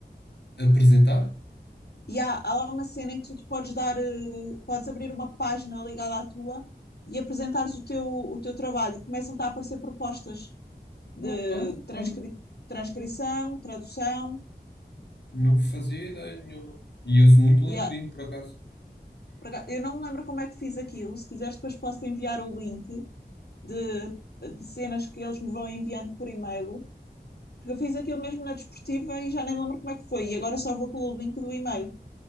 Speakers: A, on the left; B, on the left.
A: Apresentar?
B: E há, há lá uma cena em que tu te podes dar, eh, podes abrir uma página ligada à tua e apresentares o teu, o teu trabalho. Começam-te a aparecer propostas de
A: Ok,
B: transcri-
A: olha,
B: transcrição, tradução.
A: não fazia ideia nenhuma. E uso muito
B: E
A: o LinkedIn,
B: há-
A: por acaso.
B: por acaso- eu não me lembro como é que fiz aquilo. Se quiseres, depois posso enviar o link de, de cenas que eles me vão enviando por e-mail. Porque eu fiz aquilo mesmo na desportiva e já nem me lembro como é que foi. E agora só vou pelo link do e-mail.